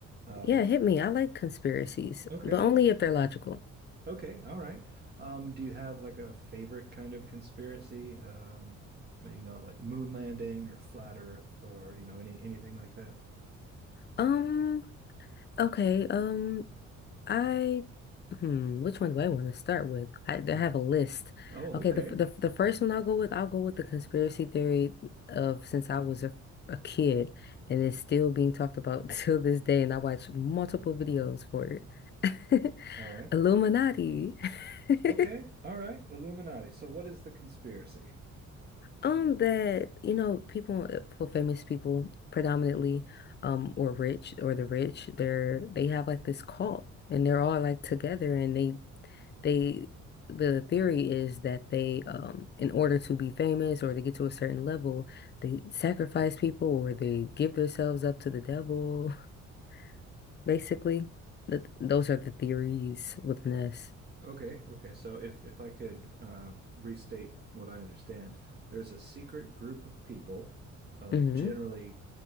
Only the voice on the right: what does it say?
Um,
okay,
okay, all right. Um, do you have like a favorite kind of conspiracy? Um, you know, like moon landing or flat Earth or you know any anything like that?
<laughs>
Oh,
okay,
all right,
okay, all right. Illuminati. So, what is the conspiracy?
Okay, okay. So if if I could uh, restate what I understand, there's a secret group of people of
generally